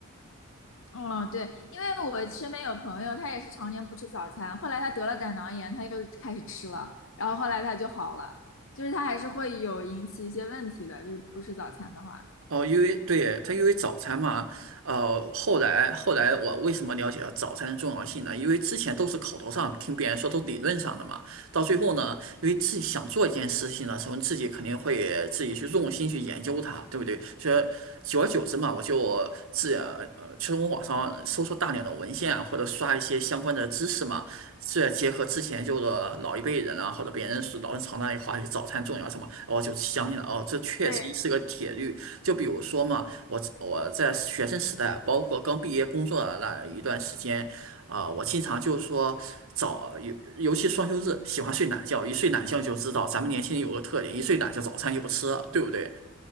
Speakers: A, on the left; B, on the right.
A: 嗯，对，因为我身边有朋友，他也是常年不吃早餐，后来他得了胆囊炎，他又开始吃了，然后后来他就好了，就是他还是会有引起一些问题的，就是不吃早餐的话。
B: 哦，因为对耶，它因为早餐嘛，呃，后来后来我为什么了解到早餐的重要性呢？因为之前都是口头上听别人说，都理论上的嘛。到最后呢，因为自己想做一件事情的时候，自己肯定会自己去用心去研究它，对不对？所以久而久之嘛，我就自呃其实我网上搜索大量的文献啊，或者刷一些相关的知识嘛，再结合之前就是老一辈人啊，或者别人说老人常那里话，早餐重要什么，哦我就相信了哦，这确实是个铁律。
A: 对，
B: 就比如说嘛，我我在学生时代，包括刚毕业工作的那一段时间，啊、我经常就说早，尤尤其双休日，喜欢睡懒觉，一睡懒觉就知道咱们年轻人有个特点，一睡懒觉早餐就不吃了，对不对？